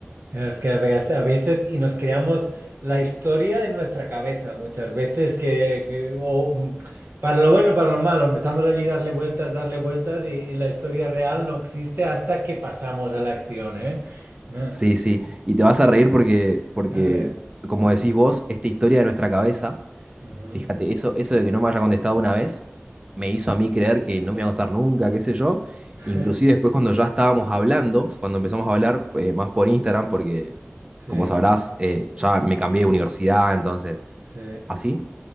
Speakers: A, on the right (about 55°); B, on the right (about 25°).
A: Es que a vez- a veces, y nos creamos la historia en nuestra cabeza, muchas veces que, que- o, mm, para lo bueno y para lo malo, empezamos allí a darle vueltas, darle vueltas, y, y la historia real no existe hasta que pasamos a la acción, ¿eh? Ah,
B: Sí, sí. Y te vas a reír porque, porque,
A: a ver.
B: como decís vos, esta historia de nuestra cabeza,
A: ujú.
B: fíjate, eso, eso de que no me haya contestado una vez, me hizo a mí creer que no me iba a contestar nunca, qué sé yo.
A: <laughs>
B: Inclusive después cuando ya estábamos hablando, cuando empezamos a hablar eh, más por Instagram, porque
A: Sí,
B: como sabrás, eh, ya me cambié de universidad, entonces,
A: sí.
B: así.